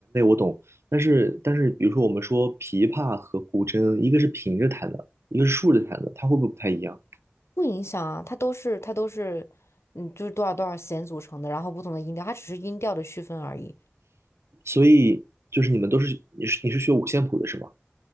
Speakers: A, on the right; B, on the left.
A: 懂。但是但是，比如说我们说琵琶和古筝，一个是平着弹的，一个是竖着弹的，它会不会不太一样？
B: 不影响啊，它都是它都是，嗯，就是多少多少弦组成的，然后不同的音调，它只是音调的区分而已。
A: 所以就是你们都是你是你是学五线谱的是吗？